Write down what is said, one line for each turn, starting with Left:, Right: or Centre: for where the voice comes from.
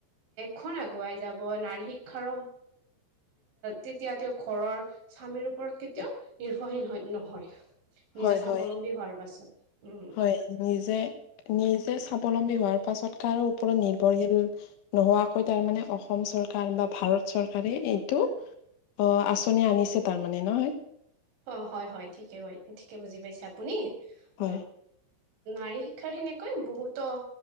Right: খখন আগুৱাই যাব নাৰী শিক্ষাৰ তেতিয়া তেওঁ ঘৰৰ স্বামীৰ ওপৰত কেতিয়াও
Left: হয়,
Right: নিৰ্ভৰশীল হয় নহয় নিজৰ
Left: হয়,
Right: স্বাৱলম্বী
Left: হয়,
Right: হোৱাৰ পাছত। উম
Left: হয় নিযে নিজে স্বাৱলম্বী হোৱাৰ পাছত কাৰো ওপৰত নিৰ্ভৰশীল নোহোৱাকৈ তাৰমানানে অসম চৰকাৰ চৰকাৰ বা ভাৰত চৰকাৰে এইটো আঁচনি আনিছে তাৰমানানে নহয়
Right: অঁ, হয় হয় ঠিকে হয় ঠিকে বুজি পাইছে আপুনি
Left: হয়,
Right: অ। নাৰী শিক্ষাৰ সেনেকৈ বহুতো